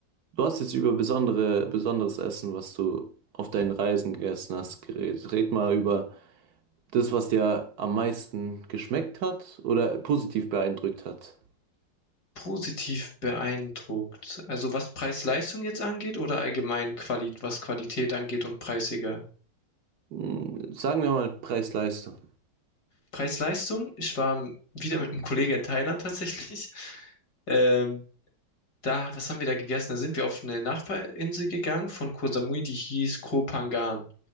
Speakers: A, on the right; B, on the left.
A: Du hast jetzt über besondere, besonderes Essen, was du auf deinen Reisen gegessen hast, geredet. Red mal über das, was dir am meisten geschmeckt hat oder positiv beeindruckt hat.
B: positiv beeindruckt. Also was Preis-Leistung jetzt angeht oder allgemein Quali was Qualität angeht und Preis egal.
A: Hm, Sagen wir mal Preis-Leistung.
B: Preis-Leistung, ich war m- wieder mit einem Kollegen in Thailand tatsächlich. <laughs> Ähm, da, was haben wir da gegessen? Da sind wir auf eine Nachbarinsel gegangen von Koh Samui, die hieß Koh Phangan.